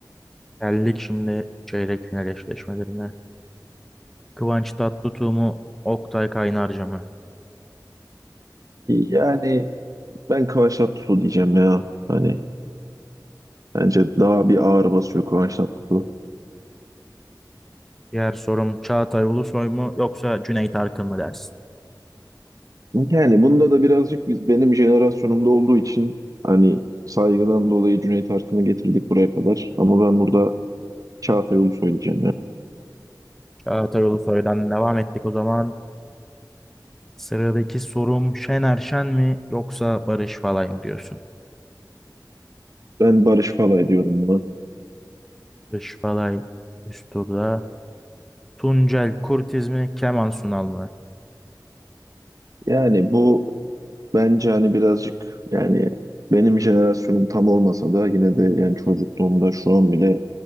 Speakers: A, in the centre; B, on the right.
A: Geldik şimdi çeyrek final eşleşmelerine. Kıvanç Tatlıtuğ mu Oktay Kaynarca mı?
B: Yani ben Kıvanç Tatlıtuğ diyeceğim ya. Hani Bence daha bir ağır basıyor Kıvanç Tatlıtuğ.
A: Diğer sorum Çağatay Ulusoy mu yoksa Cüneyt Arkın mı dersin?
B: Yani bunda da birazcık biz, benim jenerasyonumda olduğu için hani saygıdan dolayı Cüneyt Arkın'ı getirdik buraya kadar. Ama ben burada Çağatay Ulusoy söyleyeceğim ya.
A: Çağatay Ulusoy'dan devam ettik o zaman. Sıradaki sorum Şener Şen mi yoksa Barış Falay mı diyorsun?
B: Ben Barış Falay diyorum buna.
A: Barış Falay üst turda. Tuncel Kurtiz mi Kemal Sunal mı?
B: Yani bu bence hani birazcık yani benim jenerasyonum tam olmasa da yine de yani çocukluğumda şu an bile